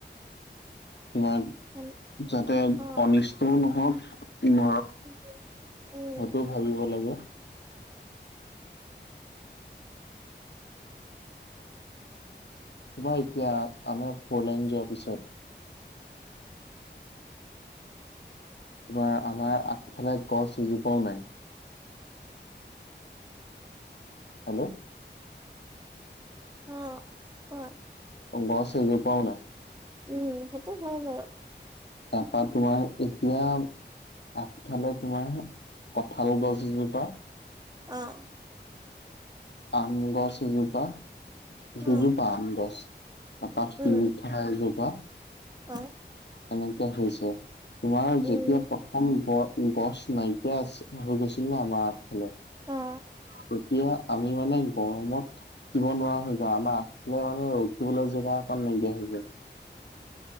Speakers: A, on the left; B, on the right.
A: তোমাৰ
B: উম
A: যাতে
B: অ
A: অনিষ্টও নহওক ন
B: উম উম
A: সেইটোতো ভাবিব লাগে। তোমাৰ এতিয়া আমাৰ পৰ্লেণ্ড যোৱাৰ পিছত তাৰ আমাৰ আগফালে গছ জোপাও নাই। হেল্ল'।
B: অ হয়
A: গছ এজোপাও নাই।
B: উম। হয় বাৰু
A: তাৰপা তোমাৰ এতিয়া আগফালে তোমাৰ কঁঠাল গছ এজোপা
B: অ',।
A: আম গছ এজোপা দুজোপা
B: অ
A: আম গছ তপা শিলিখা
B: উম
A: এজোপা
B: অ
A: তেনেকে হৈছে তোমাৰ
B: উম
A: যেতিয়া প্ৰথম গ়ছ গছ নাইকিয়া আছে হৈ গৈছিল নে আমাৰ আগফালে
B: অ
A: তেতিয়া আমি মানে গৰমত থাকিব নোৱাৰা হৈ যাওঁ আমাৰ আগফালে মানে ৰখিবলৈ জেগা অকণ নাইকিয়া হৈ উ <unintelligible>